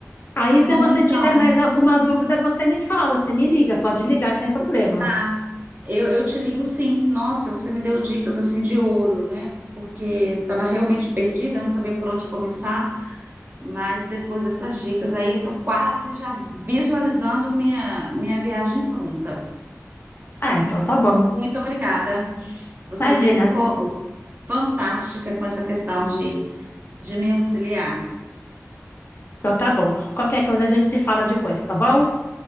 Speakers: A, on the left; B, on the right.
A: Aí,
B: Tá bom,
A: se você
B: então.
A: tiver mais alguma dúvida, você me fala, você me liga, pode ligar sem problema.
B: Tá. Eu, eu te ligo sim. Nossa, você me deu dicas assim de ouro, né? Porque eu estava realmente perdida, eu não sabia por onde começar, mas depois dessas dicas aí, estou quase já visualizando minha, minha viagem pronta.
A: Ah, então tá bom.
B: Muito obrigada. Você
A: Imagina.
B: sempre ficou fantástica com essa questão de, de me auxiliar. Tá
A: Então tá bom. Qualquer coisa a gente se fala depois, tá bom?